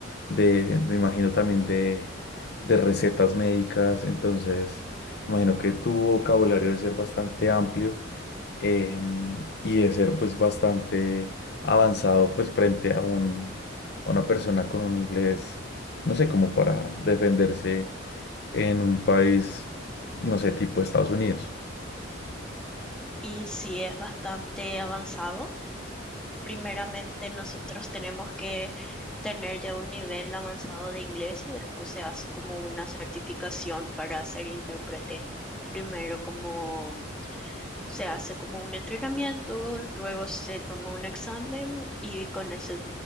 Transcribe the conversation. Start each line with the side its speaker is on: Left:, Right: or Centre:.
Left: de, me imagino también de, de recetas médicas, entonces, me imagino que tu vocabulario debe ser bastante amplio eh, y debe ser pues bastante avanzado pues frente a un, a una persona con un inglés, no sé, como para defenderse en un país, no sé, tipo Estados Unidos.
Centre: Y sí, es bastante avanzado primeramente nosotros tenemos que tener ya un nivel avanzado de inglés y después se hace como una certificación para ser intérprete. Primero como se hace como un entrenamiento, luego se toma un examen y con ese